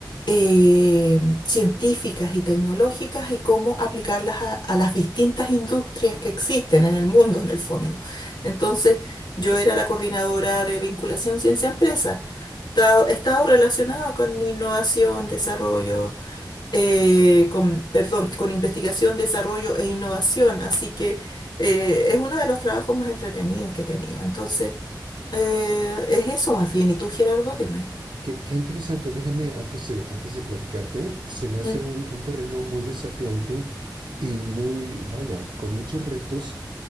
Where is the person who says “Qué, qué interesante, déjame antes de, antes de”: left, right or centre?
Right